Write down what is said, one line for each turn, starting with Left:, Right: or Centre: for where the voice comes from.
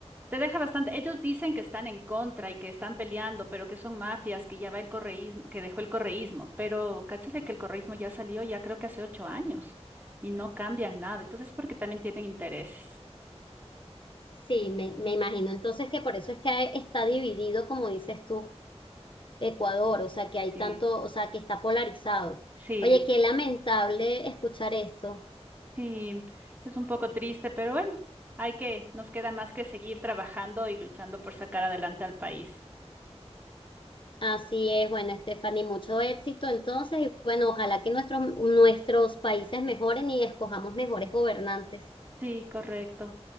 Right: te deja bastante. Ellos dicen que están en contra y que están peleando, pero que son mafias, que ya va el correísmo, que dejó el correísmo. Pero cáchale que el correísmo ya salió ya creo que hace ocho años y no cambian nada. Entonces, porque también tienen intereses.
Left: sí, me, me imagino. Entonces que por eso es que hay- está dividido, como dices tú, Ecuador. O sea, que hay
Right: Sí.
Left: tanto, o sea, que está polarizado.
Right: Sí,
Left: Oye, qué lamentable escuchar esto.
Right: Sí, es un poco triste, pero bueno, hay que, nos queda más que seguir trabajando y luchando por sacar adelante al país.
Left: Así es, bueno, Stephanie, mucho éxito entonces. Y bueno, ojalá que nuestros, nuestros países mejoren y escojamos mejores gobernantes.
Right: Sí, correcto.